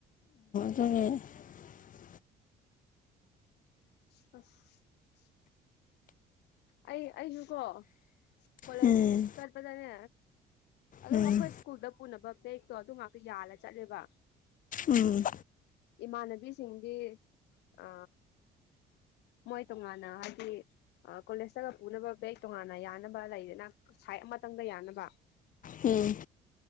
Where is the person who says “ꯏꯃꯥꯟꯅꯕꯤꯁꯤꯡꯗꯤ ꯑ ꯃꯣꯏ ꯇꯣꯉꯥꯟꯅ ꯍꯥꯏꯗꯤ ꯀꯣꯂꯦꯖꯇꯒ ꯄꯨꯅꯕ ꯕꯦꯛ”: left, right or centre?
Left